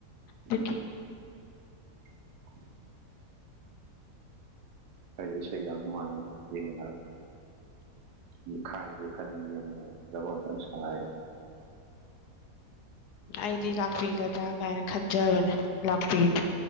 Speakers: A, on the left; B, on the right.
A: ꯑꯗꯨꯒꯤ
B: ꯎꯝ <inaudible> ꯑꯩ ꯏꯁꯩ ꯌꯥꯝ ꯅꯨꯡꯉꯥꯏꯅ ꯌꯦꯅꯤꯡ <unintelligible>
A: ꯑꯩꯗꯤ ꯂꯥꯛꯄꯤꯒꯗ꯭ꯔꯥ ꯀꯥꯏꯅ ꯈꯟꯖꯕꯅꯦ ꯂꯥꯛꯄꯤ